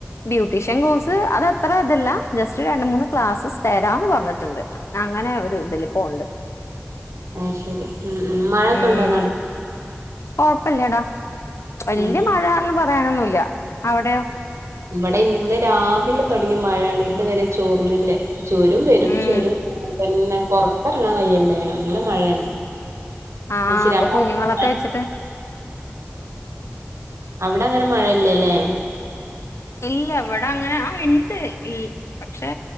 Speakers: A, on the left; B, on the right.
A: ബ്യൂട്ടീഷ്യൻ കോഴ്സ് അത് അത്ര ഇതല്ല ജസ്റ്റ് രണ്ട് മൂന്ന് ക്ലാസ്സ് സ് തരാംന്ന് പറഞ്ഞിട്ട്ണ്ട് അങ്ങനെ ഒരു ഇതില് പോവ്ണ്ട്
B: അത് ശരി ഉം ഉം മഴൊക്കെ
A: ഉം
B: ഉണ്ടോ നാട്ടി
A: കൊഴപ്പില്ലടാ വല്യ
B: ഉം
A: മഴാന്ന് പറയാനൊന്നുല്ല്യ അവടയോ
B: ഇവടെ ഇന്ന് രാവിലെ തൊടങ്ങിയ മഴേണ് ഇതുവരെ ചോർന്നില്ല ചോരും വെരും
A: ഉം
B: ചോരും പിന്നെ പൊറത്തെറങ്ങാൻ കയ്യേണ്ടേ നല്ല മഴയാണ്
A: ആ
B: അത് ശരി
A: അപ്പൊ
B: അവിടെ
A: കുഞ്ഞുങ്ങളൊക്കെ വെച്ചിട്ട്
B: ഇവിടെ അങ്ങനെ മഴയില്ല്യ ല്ലേ
A: ഇല്ല ഇവടെ അങ്ങനെ ആ ഇണ്ട് ഇൽ പക്ഷെ